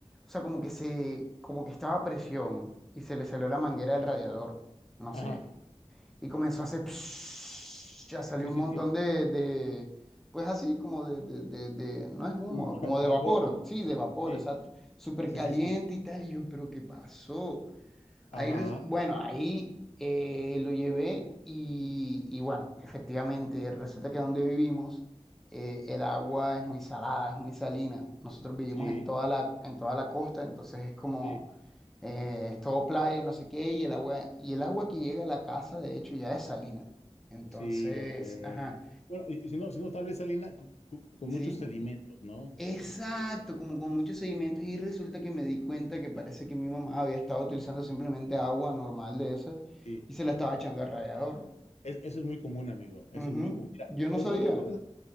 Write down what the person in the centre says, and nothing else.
o sea, como que se, como que estaba a presión, y se le salió la manguera del radiador, no
sé, y comenzó a hacer, psh, ya salió
un
montón
de, de pues así, como de, de, de, de- no es humo,
como
de
vapor,
sí, de vapor,
exacto, súper
caliente
y tal, y yo, pero ¿qué pasó?
Ahí, res- bueno, ahí eh, lo llevé y, y bueno, efectivamente, resulta que donde vivimos eh, el agua es muy salada, es muy salina. Nosotros vivimos
en toda la, en toda la costa, entonces es como,
eh, es todo playa y no sé qué, y el agua, y el agua que llega a la casa, de hecho, ya es salina. Entonces,
ajá,
sí,
Exacto,
como con muchos sedimentos y resulta que me di cuenta que parece que mi mamá había estado utilizando simplemente agua normal de esas
y se la estaba echando al rallador.
Ujú,
Yo no
sabía.